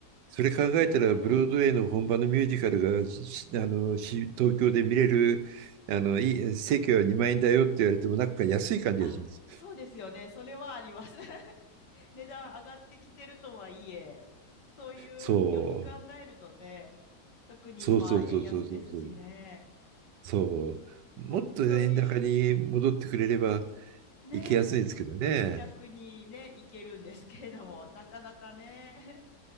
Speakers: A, on the right (about 80°); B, on the left (about 80°).
A: それ考えたら、
B: ねえ。
A: ブロードウェイの本場のミュージカルが、しあの、し東京で見れる、あの、いい、席は2万円だよって言われても、なんか安い感じがします。
B: あ、そうですよね。それはあります。<laughs> 値段上がってきてるとはいえ、そういう旅費考えるとね、
A: そう。
B: 特に今円安ですしね、
A: そうそうそうそうそうそう。そう。もっと円高に戻ってくれれば
B: 本当にね、
A: 行きやすいですけどね。
B: 気楽にね、行けるんですけれども、なかなかね、